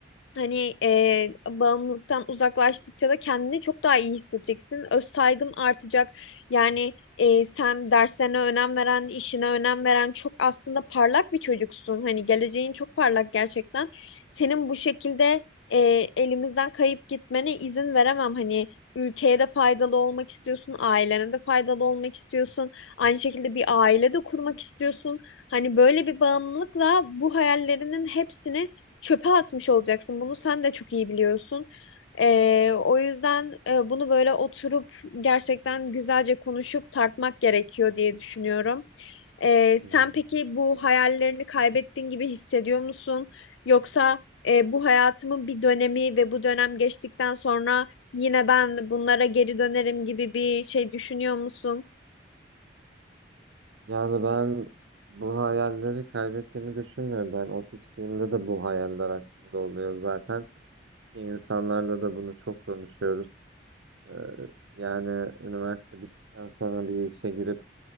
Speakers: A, on the left; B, on the right.
A: Hani e, bağımlılıktan uzaklaştıkça da kendini çok daha iyi hissedeceksin. Öz saygın artacak. Yani e, sen derslerine önem veren, işine önem veren çok aslında parlak bir çocuksun. Hani geleceğin çok parlak gerçekten. Senin bu şekilde e, elimizden kayıp gitmene izin veremem. Hani ülkeye de faydalı olmak istiyorsun, ailene de faydalı olmak istiyorsun. Aynı şekilde bir aile de kurmak istiyorsun. Hani böyle bir bağımlılıkla bu hayallerinin hepsini çöpe atmış olacaksın. Bunu sen de çok iyi biliyorsun. Ee, o yüzden e, bunu böyle oturup gerçekten güzelce konuşup tartmak gerekiyor diye düşünüyorum. Ee, sen
B: Hmm.
A: peki bu hayallerini kaybettiğin gibi hissediyor musun? Yoksa e, bu hayatımın bir dönemi ve bu dönem geçtikten sonra yine ben bunlara geri dönerim gibi bir şey düşünüyor musun?
B: Yani ben bu hayalleri kaybettiğimi düşünmüyorum. Ben ot içtiğimde de bu hayaller aklımda oluyor zaten. Ki İnsanlarla da bunu çok konuşuyoruz. Ee, yani üniversite bittikten sonra bir işe girip